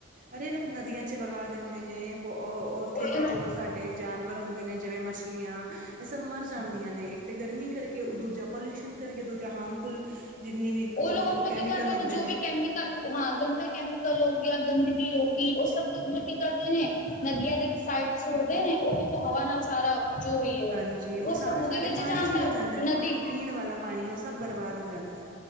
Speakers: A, on the right (about 40°); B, on the left (about 40°).
A: ਅਰੇ ਲੋਕ ਨਦੀਆਂ ਚ ਵਗਾ ਦਿੰਦੇ ਨੇ ਬੋ ਉੱਥੇ
B: ਹਮ
A: ਜੋ ਤਾਡੇ ਜਾਨਵਰ ਹੁੰਦੇ ਨੇ ਜਿਵੇਂ ਮੱਛਲੀਆਂ ਇਹ ਸਭ ਮਰ ਜਾਂਦੀਆਂ ਨੇ ਇੱਕ ਤੇ ਗਰਮੀ ਕਰਕੇ ਦੂਜਾ ਪੋਲਿਯੂਸ਼ਨ ਕਰਕੇ ਦੂਜਾ ਹਾਰਮਫੁੱਲ ਜਿੰਨੀ ਵੀ ਉਹ
B: ਲੋਕ ਆਪਣਾ
A: ਉਹ ਕੈਮੀਕਲ
B: ਕੀ ਕਰਦੇ
A: ਹੁੰਦੇ
B: ਜੋ
A: ਨੇ
B: ਵੀ ਕੈਮੀਕਲ ਹਾਂ ਗੰਦਾ ਕੈਮੀਕਲ ਹੋ ਗਿਆ, ਗੰਦਗੀ ਹੋ ਗਈ, ਉਹ ਸਭ ਮਤਲਬ ਕੀ ਕਰਦੇ ਨੇ ਨਦੀਆਂ ਦੇ ਇੱਕ ਸਾਈਡ ਸੁੱਟਦੇ ਨੇ ਉਹ ਕਿਨ ਹਵਾ ਨਾਲ ਸਾਰਾ ਜੋ ਵੀ ਹੈ
A: ਹਾਂਜੀ ਉਹ
B: ਸਭ
A: ਸਾਰਾ
B: ਉਹਦੇ
A: ਸਾਡੇ
B: ਵਿੱਚ
A: ਪਾਣੀ
B: ਜਾਂਦਾ
A: ਇਚੀ ਮਿਲ ਜਾਂਦੈ,
B: ਨਦੀ
A: ਪੀਣ ਵਾਲਾ ਪਾਣੀ ਉਹ ਸਭ ਬਰਬਾਦ ਹੋ ਜਾਂਦੈ।